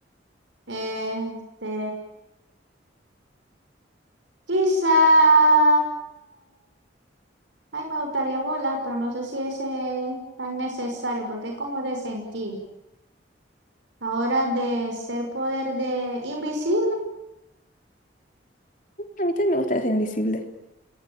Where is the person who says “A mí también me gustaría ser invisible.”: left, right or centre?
Left